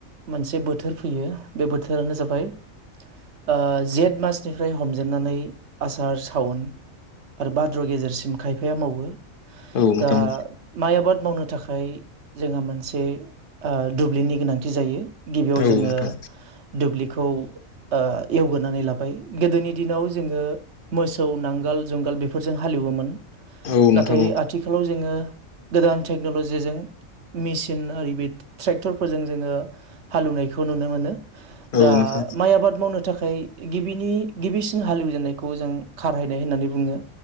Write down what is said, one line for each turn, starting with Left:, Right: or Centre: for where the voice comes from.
Right: मोनसे बोथोर फैयो बे बोथोरानो जाबाय आ जेठ मास सनिफ्राय हमजेनन्नानै आसार सावन आरो बाद्र' गेजेरसिम खायफाया मावो।
Left: नोंथां
Right: दा माइ आबाद मावनो थाखाय जोंहा मोनसे आ दुब्लिनि गोनांथि जायो। गिबियाव
Left: औ नोंथां
Right: जोङो दुब्लिखौ आ एवग्रोनानै लाबाय गोदोनि दिनाव जोङो मोसौ नांगाल जुंगाल बेफोरजों हालेवोमोन।
Left: औ नोंथां
Right: नाथाय आथिखालाव जोङो गोदान टेक्न'लजिजों मेसिन आरि बे ट्रेक्टरफोरजों जोङो हालौवनायखौ नुनो मोनो।
Left: औ
Right: दा
Left: नोंथां
Right: माइ आबाद मावनो थाखाय गिबिनि गिबिसिन हालेवजेननायखौ जों खारहायनाय होननानै बुङो